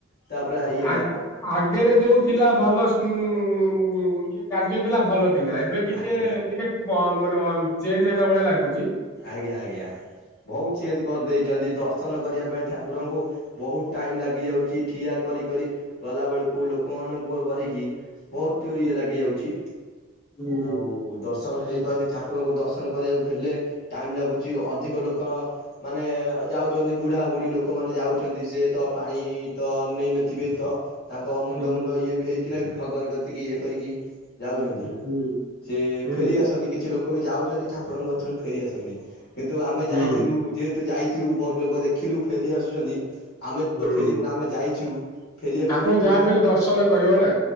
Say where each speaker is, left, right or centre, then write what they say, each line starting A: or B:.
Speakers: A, on the left (about 50°); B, on the left (about 15°).
A: ତାପରେ
B: ହୁଁ
A: ଇଏଟା
B: ଆଗ୍ ଆଗରେ ଯୋଉ ଥିଲା ଭଲ ଉଁ କାର୍ଯ୍ୟ ଥିଲା ଭଲ ଥିଲା। ଏବେ ଏବେ ଟିକେ
A: ଆଜ୍ଞା
B: ଟିକେ ମ ମାନେ ଚେଞ୍ଜ୍ ହେଲା ଭଳିଆ ଲାଗୁଚି।
A: ଆଜ୍ଞା ଆଜ୍ଞା ବହୁତ ଚେଞ୍ଜ କରିଦେଇଚନ୍ତି ଦର୍ଶନ କରିବା ପାଇଁ ଠାକୁରଙ୍କୁ ବହୁତ ଟାଇମ ଲାଗି ଯାଉଚି ଠିଆ କରି କରି ଗଲା ବେଳକୁ ଲୋକମାନଙ୍କୁ ଆଉ କରିକି ବହୁତ
B: ହୁଁ
A: ଇଏ ଲାଗି ଯାଉଚି
B: ହୁଁ
A: ଆଉ ଦଶ ଶନ ହେଇପାରୁନି ଠାକୁରଙ୍କୁ ଦର୍ଶନ କରିବାକୁ ହେଲେ ଟାଇମ୍ ଲାଗୁଚି ଅଧିକ ଲୋକ ମାନେ ଯାଉଚନ୍ତି ବୁଢ଼ାବୁଢ଼ୀ ଲୋକମାନେ ଯାଉଛନ୍ତି ସେ ତ ପାଣି ତ ନେଇନଥିବେ ତ ତାଙ୍କ ମୁଣ୍ଡ
B: ହୁଁ
A: ମୁଣ୍ଡ ଇଏ ବି ହେଇ କିନା ବି ଭଗବାନ କତିକି ଇଏ କରିକି ଯାଉଚନ୍ତି
B: ହୁଁ
A: ସେ
B: ହୁଁ
A: ଫେରି ଆସନ୍ତି କିଛି ଲୋ କୋ ବି ଯାଉଚନ୍ତି ଠାକୁରଙ୍କ ଗତରୁ ଫେରି ଆସନ୍ତି କିନ୍ତୁ ଆମେ
B: ହୁଁ
A: ଯାଇଥିଲୁ ଯେହେତୁ ଯାଇ ଚୁ ବହୁତ ଲୋକ ଦେଖିଲୁ ଫେରି ଆସୁଚନ୍ତି ଆମେ ତ
B: ହୁଁ।
A: ଫେରିବୁ ନା ଆମେ ଯାଇଛୁ ଫେରିବାକୁ
B: ଠାକୁରଙ୍କୁ ଯାହା
A: ମାନେ
B: ବି ହେଲେ ଦର୍ଶନ କରିବ ନା